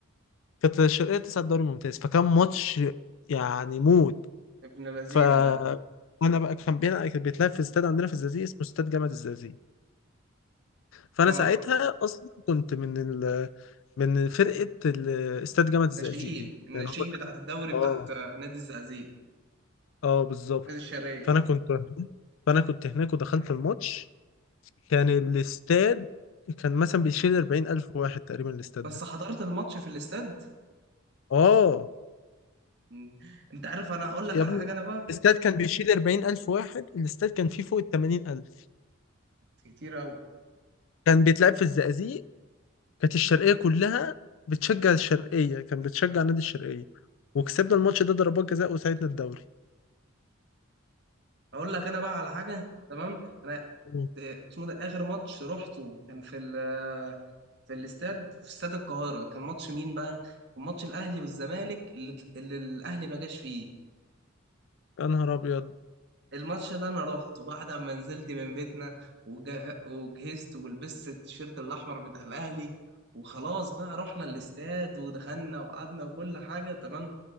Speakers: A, on the left (about 65°); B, on the right (about 55°).
A: كانت الشرقية تصعد دوري ممتاز فكان ماتش يعني موت
B: ابن لذينه
A: ف
B: ده
A: انا بقى كان بينا كان بيتلعب في استاد عندنا في الزقازيق اسمه استاد جامعة الزقازيق فانا
B: اه
A: ساعتها اصلا كنت من ال... من فرقة ال- استاد جامعة الزقازيق
B: ناشئين
A: دي
B: الناشئين
A: يعني هم
B: بتاعت الدوري
A: اه
B: بتاعت آه، نادي الزقازيق
A: اه بالظبط
B: نادي الشرقية
A: فانا كنت فانا كنت هناك ودخلت الماتش كان الاستاد كان مثلا بيشيل 40000 واحد تقريبا الاستاد
B: بس
A: ده
B: حضرت الماتش في الاستاد
A: اه
B: مم. انت عارف انا اقول لك
A: يا
B: على
A: ابني
B: حاجه انا بقى
A: الاستاد كان بيشيل 40000 واحد الاستاد كان فيه فوق ال 80000
B: كتير قوي
A: كان بيتلعب في الزقازيق كانت الشرقية كلها بتشجع الشرقية كان بتشجع نادي الشرقية وكسبنا الماتش ده ضربات جزاء وساعدنا الدوري
B: اقول لك انا بقى على حاجه تمام انا
A: مم.
B: ت- اسمه ده اخر ماتش رحته كان في ال في الاستاد في استاد القاهره كان ماتش مين بقى كان ماتش الاهلي والزمالك اللي, اللي الاهلي ما جاش فيه
A: يا نهار ابيض
B: الماتش ده انا رحته بعد ما نزلت من بيتنا وجه... وجهزت ولبست التيشيرت الاحمر بتاع الاهلي وخلاص بقى رحنا الاستاد ودخلنا وقعدنا وكل حاجه تمام